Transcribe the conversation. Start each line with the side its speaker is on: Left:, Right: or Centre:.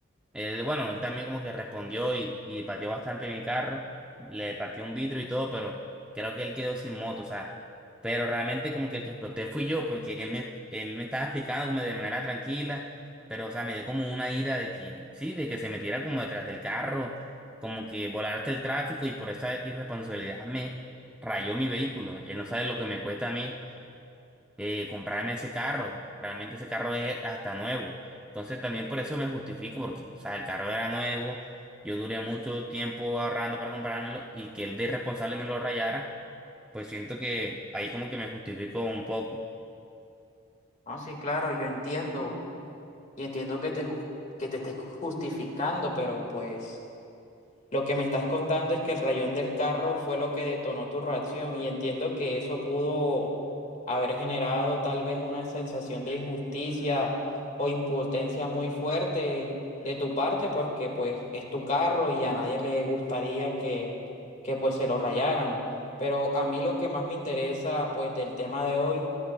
Centre: Él, bueno, él también como que respondió y, y pateó bastante mi carro, le partió un vidrio y todo, pero creo que él quedó sin moto, o sea, pero realmente como que el que exploté fui yo, porque él me, él me estaba explicando como de manera tranquila, pero o sea, me dio como una ira de que, sí, de que se metiera como detrás del carro, como que volaste el tráfico y por esa irresponsabilidad me rayó mi vehículo, él no sabe lo que me cuesta a mí eh, comprarme ese carro. Realmente ese carro es hasta nuevo. Entonces también por eso me justifico, porque, o sea, el carro era nuevo, yo duré mucho tiempo ahorrando para comprármelo y que él de irresponsable me lo rayara, pues siento que ahí como que me justifico un poco.
Left: No, sí, claro, yo entiendo. Y entiendo que te, ju- que te estés justificando, pero pues... Lo que me estás contando es que el rayón del carro fue lo que detonó tu reacción y entiendo que eso pudo haber generado tal vez una sensación de injusticia o impotencia muy fuerte de tu parte porque pues es tu carro y a nadie le gustaría que, que pues se lo rayaran. Pero a mí lo que más me interesa pues del tema de hoy